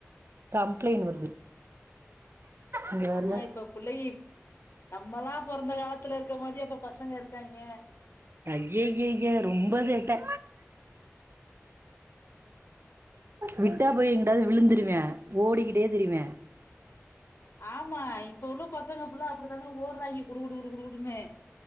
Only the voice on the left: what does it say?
ஆமா இப்ப பிள்ளைய நம்மளா பொறந்த காலத்துல இருக்க மாரியா இப்ப பசங்க இருக்காங்க
ரொம்ப
ஆமா இப்ப உள்ள பசங்க ஃபுல்லா அப்டித்தானே ஓர்றாங்கே குடு குடு குடு குடுன்னு